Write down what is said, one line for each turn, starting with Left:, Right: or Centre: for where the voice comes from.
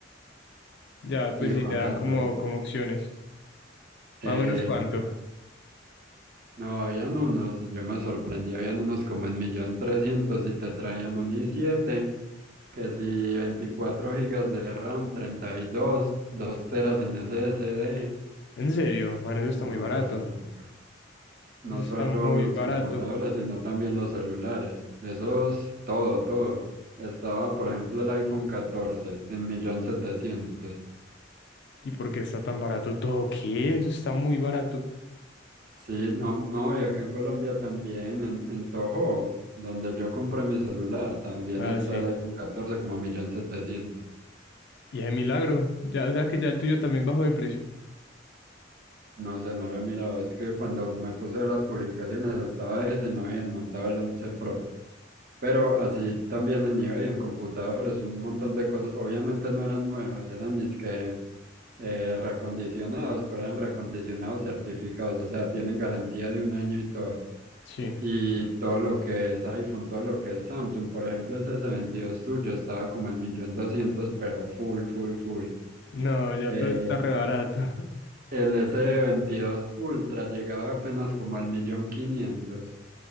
Left: ya pues
Right: y
Left: si
Right: baratos.
Left: le dan como, como opciones.
Right: Eh,
Left: Más o menos cuánto.
Right: no, habían unos, yo me sorprendí, habían unos como en millón trescientos y te traían un i siete que si 24 gigas de RAM, 32 2 teras en s s d
Left: En serio, man, eso está
Right: una
Left: muy barato.
Right: cosa loca. No
Left: Eso
Right: solo
Left: está muy
Right: los
Left: barato.
Right: computadores, sino también los celulares. Eso es todo, todo. Estaba, por ejemplo, el iPhone catorce en millón setecientos.
Left: ¿Y por qué está tan barato todo? ¿Qué? Eso está muy barato.
Right: Sí, no, no, y acá en Colombia también, en, en Toho, donde yo compré mi celular, también
Left: Ah,
Right: está
Left: sí.
Right: el iPhone catorce como a millón setecientos.
Left: Y es milagro. Ya, o sea que ya el tuyo también bajó de precio.
Right: No sé, no lo he mirado. Es que cuando me puse a ver las publicaciones estaba ese y no habían montado el 11 Pro. Pero así también en eBay, en computadores, un montón de cosas. Obviamente no eran nuevas, eran es que eh, reacondicionados, pero eran reacondicionados certificados. O sea, tienen garantía de un año y todo.
Left: Sí.
Right: Y todo lo que es iPhone, todo lo que es Samsung. Por ejemplo, ese s veintidós tuyo estaba como en millón doscientos, pero full, full, full.
Left: No, ya
Right: Eh,
Left: todo está re barato.
Right: el s D veintidós Ultra llegaba apenas como al millón quinientos.